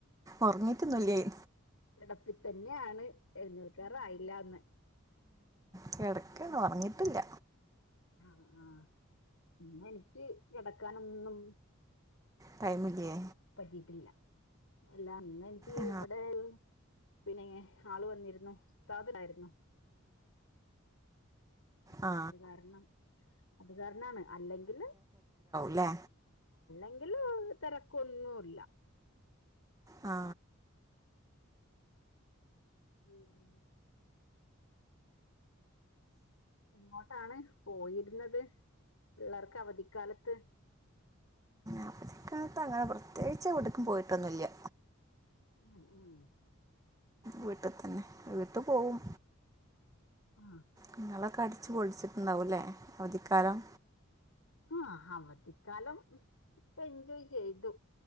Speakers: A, on the right (about 15°); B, on the left (about 85°).
A: ഉറങ്ങീട്ടൊന്നില്ല്യയ്
B: കിടപ്പിത്തന്നെയാണ് എഴുന്നേൽക്കാറായില്ലാന്ന്
A: കെടക്കാണ് ഓർങ്ങിട്ടില്ല
B: ആ ആ പിന്നെ എനിക്ക് കിടക്കാനൊന്നും
A: ടൈമില്ലേ
B: പറ്റീട്ടില്ല അല്ല ഇന്ന് എനിക്ക്
A: ആ
B: ഇവിടെ പിന്നെങ്ങെ ആള് വന്നിരുന്നോ ഉസ്‌താദ്ണ്ടായിരുന്നോ ഉം
A: ആ
B: അത് കാരണം അത് കാരണാണ് അല്ലെങ്കില്
A: ആ
B: എങ്കില് തിരക്കൊന്നുല്ല
A: ആ
B: ഉം എങ്ങോട്ടാണ് പോയിരുന്നത് പിള്ളേർക്ക് അവധിക്കാലത്ത്
A: അവധിക്കാലത്ത് അങ്ങനെ പ്രത്യേകിച്ചൊടുക്കും പോയിട്ടൊന്നുല്ല്യ
B: ഉം ഉം
A: വീട്ടിൽ തന്നെ വീട്ടു പോവും
B: ആ
A: നിങ്ങളൊക്കെ അടിച്ചു പൊടിച്ചിട്ടുണ്ടാവുംല്ലേ അവധിക്കാലം
B: ആ അവധിക്കാലം എൻജോയ് ചെയ്തു